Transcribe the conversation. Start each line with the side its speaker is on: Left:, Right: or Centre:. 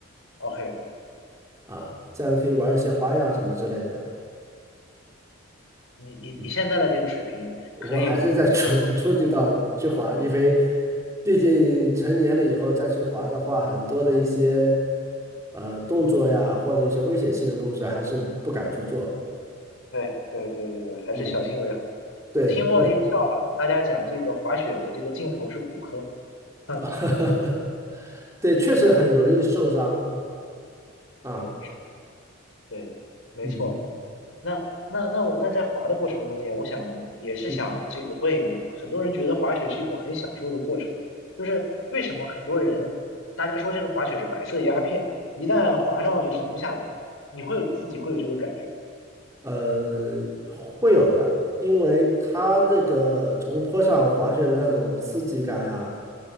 Left: ，OK，OK，OK。
Right: 啊，这样可以玩一些花样什么之类的。
Left: 你你你现在的这个水平可以这个做这种花法
Right: 嗯，我还是在初初级道去滑，因为毕竟成年了以后再去滑的话，很多的一些呃动作呀，或者一些危险性的东西，还是不敢去做。
Left: 对对对对对，还是小心为好。
Right: 嗯，对。
Left: 我听过一个笑话，大家讲这个滑雪的这个尽头是骨科。<laughs> 哼，
Right: <laughs> 对，确实很容易受伤啊，
Left: 是是，对，没错。
Right: 嗯
Left: 那那那我那在滑的过程中间，我想也是想这个问一问啊，
Right: 嗯
Left: 很多人觉得滑雪是一种很享受的过程，就是为什么很多人大家说这个滑雪是白色鸦片，一旦滑上了就停不下来，你会有自己会有这个感觉。
Right: 呃，会有的，因为它这个从坡上滑雪的那种刺激感呀，